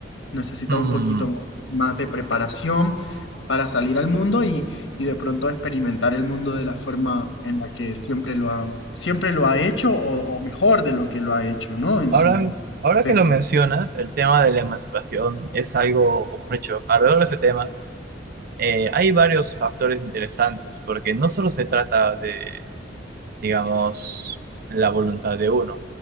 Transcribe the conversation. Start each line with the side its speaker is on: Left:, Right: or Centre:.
Left: necesita
Right: Mm,
Left: un poquito mo- más de preparación para salir al mundo y, y de pronto experimentar el mundo de la forma en la que siempre lo ha, siempre lo ha hecho o, o mejor de lo que lo ha hecho, ¿no? En
Right: Ahora,
Left: su
Right: ahora
Left: efecto.
Right: que lo mencionas, el tema de la emancipación es algo, por hecho, alrededor de ese tema eh, hay varios factores interesantes, porque no solo se trata de, digamos, la voluntad de uno,